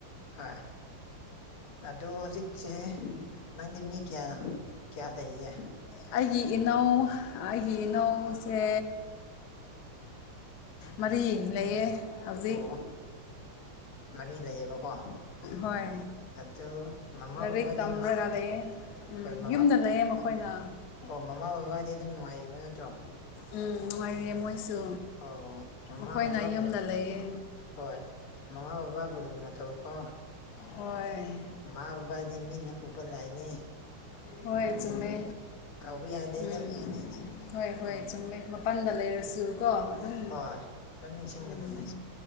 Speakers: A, on the left (about 85°); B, on the left (about 65°).
A: ꯍ ꯑꯗꯣ ꯍꯧꯖꯤꯛꯁꯦ ꯅꯪꯗꯤ ꯃꯤ ꯀꯌꯥ ꯀꯌꯥ ꯂꯩꯌꯦ
B: ꯑꯩꯒꯤ ꯏꯅꯧ ꯑꯩꯒꯤ ꯏꯅꯧꯁꯦ ꯃꯔꯤ ꯂꯩꯌꯦ ꯍꯧꯖꯤꯛ
A: ꯑꯣ ꯃꯔꯤ ꯂꯩꯌꯦꯕꯀꯣ
B: ꯍꯣꯏ
A: ꯑꯗꯨ ꯃꯃꯥ
B: ꯂꯔꯤꯛ
A: ꯕꯕꯥꯗꯤ
B: ꯇꯝꯔ ꯉꯗꯦ ꯎꯝ
A: ꯍꯣꯏ ꯃꯃꯥ
B: ꯌꯨꯝꯗ ꯂꯩꯌꯦ ꯃꯈꯣꯏꯅ
A: ꯑꯣ ꯃꯃꯥ ꯕꯕꯥꯗꯤ ꯑꯗꯨꯝ ꯅꯨꯡꯉꯥꯏꯔꯤꯕ ꯅꯠꯇ꯭ꯔꯣ
B: ꯎꯝ ꯅꯨꯡꯉꯥꯏꯔꯦ ꯃꯣꯏꯁꯨ
A: ꯑꯣ ꯃꯃꯥ
B: ꯃꯈꯣꯏꯅ
A: ꯕꯕꯥꯕꯨ
B: ꯌꯨꯝꯗ ꯂꯩꯌꯦ
A: ꯍꯣꯏ ꯃꯃꯥ ꯕꯕꯥ ꯣꯂꯨ ꯅꯠꯇꯣ ꯀꯣ
B: ꯍꯣꯏ
A: ꯃꯥ ꯕꯕꯥꯗꯤ ꯃꯤꯅ ꯎꯕ ꯂꯥꯛꯏꯅꯤ
B: ꯍꯣꯏ ꯆꯨꯝꯃꯦ
A: ꯀꯥꯎꯕ ꯌꯥꯗꯦꯗ
B: ꯎꯝ ꯍꯣꯏ ꯍꯣꯏ
A: ꯎꯝ
B: ꯆꯨꯝꯃꯦ ꯃꯄꯜꯗ ꯂꯩꯔꯁꯨ ꯀꯣ ꯑꯗꯨꯝ
A: ꯍꯣꯏ ꯑꯗꯨꯝ ꯅꯤꯡꯁꯤꯡꯒꯗꯕꯅꯤ
B: ꯎꯝ